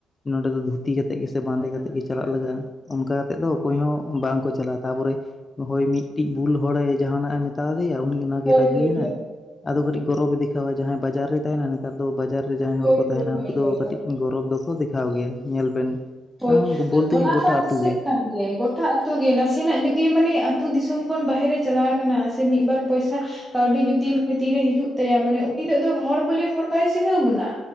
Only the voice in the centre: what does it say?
ᱦᱳᱭ
ᱦᱳᱭ ᱦᱳᱭ
ᱦᱳᱭ
ᱦᱳᱭ
ᱦᱳᱭ
ᱦᱳᱭ
ᱦᱳᱭ᱾ ᱟᱨ
ᱚᱱᱟ
ᱢᱟ
ᱫᱤᱥᱟᱹᱜ
ᱠᱟᱱ ᱜᱮᱭᱟ᱾ ᱜᱚ ᱮᱴᱟᱜ ᱟᱹᱛᱩ ᱜᱮ ᱱᱟᱥᱮᱱᱟᱜ ᱡᱩᱫᱤ ᱢᱟᱱᱮ ᱟᱹᱛᱩ ᱫᱤᱥᱚᱢ ᱠᱷᱚᱱ ᱵᱟᱦᱨᱮ ᱪᱟᱞᱟᱣ ᱟᱠᱟᱱᱟ, ᱥᱮ ᱢᱤᱫ ᱵᱟᱨ ᱯᱚᱭᱥᱟ ᱠᱟᱹᱣᱰᱤ ᱡᱩᱫᱤ ᱛᱤ ᱨᱮ ᱦᱤᱡᱩᱜ ᱛᱟᱭᱟ ᱢᱟᱱᱮ ᱩᱱᱤ ᱫᱚ ᱦᱚᱲ ᱵᱚᱞᱮ ᱦᱚᱲ ᱵᱟᱭ ᱪᱤᱱᱦᱟᱹᱣ ᱵᱚᱱᱟ᱾